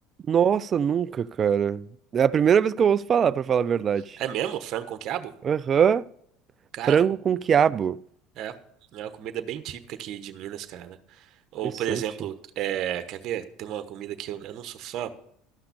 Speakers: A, on the right (about 40°); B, on the right (about 55°).
A: nossa, nunca, cara. É a primeira vez que eu ouço falar, pra falar a verdade.
B: É mesmo? Frango com quiabo?
A: Aham.
B: Cara,
A: Frango
B: com-
A: com quiabo.
B: é. É uma comida bem típica aqui de Minas, cara. Ou,
A: Interessante.
B: por exemplo, é, quer ver? Tem uma comida que eu, eu não sou fã.